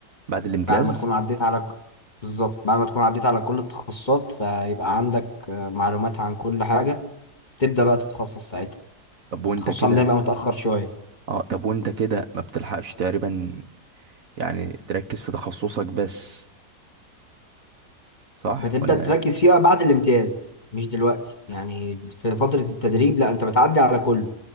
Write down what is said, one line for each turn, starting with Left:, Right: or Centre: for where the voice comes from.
Right: بعد الامتياز
Left: بعد ما تكون عديت على ك- بالظبط بعد ما تكون عديت على كل التخصصات فيبقى عندك آه، معلومات عن كل حاجة تبدأ بقى تتخصص ساعتها
Right: طب
Left: التخصص
Right: وانت كده
Left: عندنا بقى متأخر شوية
Right: اه طب وانت كده ما بتلحقش تقريبا يعني تركز في تخصصك بس صح
Left: بتبدأ
Right: ولا
Left: تركز فيها بعد الامتياز مش دلوقتي يعني في فترة التدريب لا انت بتعدي على كله